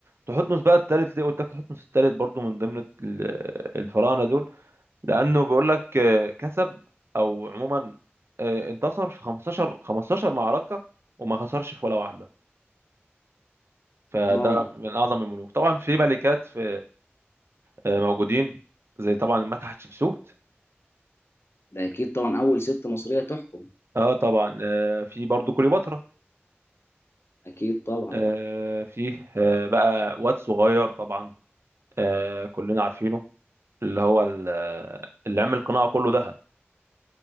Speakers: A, on the right; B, on the left.
A: تحتمس بقى الثالث ليه قلت لك تحتمس الثالث برضو من ضمن ال- الفراعنة دول لانه بيقول لك آه، كسب او عموما آه، انتصر في 15 15 معركه وما خسرش في ولا واحده فده
B: اه
A: من اعظم الملوك طبعا في ملكات في آه، موجودين زي طبعا الملكه حتشبسوت
B: ده اكيد طبعا اول ست مصريه تحكم
A: اه طبعا آه، في برضو كليوباترا
B: اكيد طبعا
A: آه، في آه، بقى واد صغير طبعا آه، كلنا عارفينه اللي هو ال- آه، اللي عمل القناع كله ذهب